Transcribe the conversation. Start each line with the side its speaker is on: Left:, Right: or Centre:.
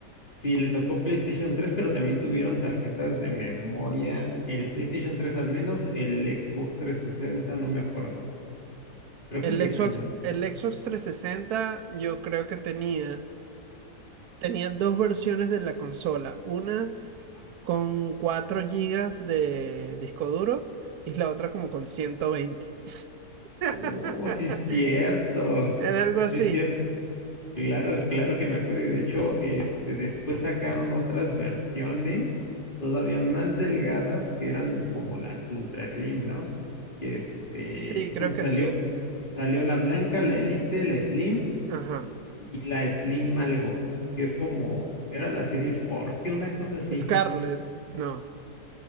Left: Sí, le tocó PlayStation 3, pero también tuvieron tarjetas de memoria. El PlayStation 3 al menos, el Xbox 360, no me acuerdo. Pero creo
Right: El
Left: que sí,
Right: Xbox,
Left: ¿no?
Right: el Xbox 360 yo creo que tenía. Tenía dos versiones de la consola. Una
Left: Ajá.
Right: con 4 gigas de disco duro y la otra como con ciento veinte <laughs>
Left: Oh, sí es cierto.
Right: Era algo así.
Left: Sí es cierto. Claro, es claro que me acuerdo. Y de hecho, este, después sacaron otras versiones todavía más delgadas que eran como las Ultra Slim, ¿no? Que este,
Right: Sí, creo
Left: porque
Right: que
Left: salió,
Right: sí.
Left: salió la blanca, la Elite, la Slim
Right: Ajá.
Left: y la Slim algo, que es como, era la serie Scorpio, una cosa así.
Right: Scarlett. No.